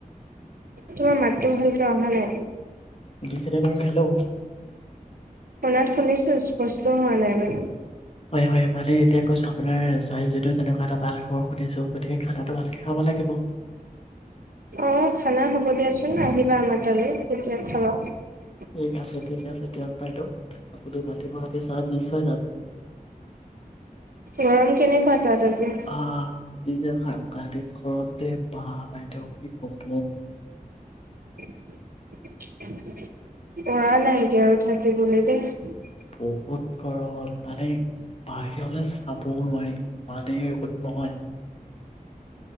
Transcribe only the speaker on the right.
তোমাৰ মাতটো ভালকে অহা নাই।
শুনাত শুনিছো স্পষ্ট হোৱা নাই মানে।
অ', খানা হব দিয়া কিনো আহিবা আমাৰ তালে। <unintelligible>
গৰম কেনেকুৱা তাত আজি?
পৰা নাই এতিয়া আৰু থাকিবলে দেই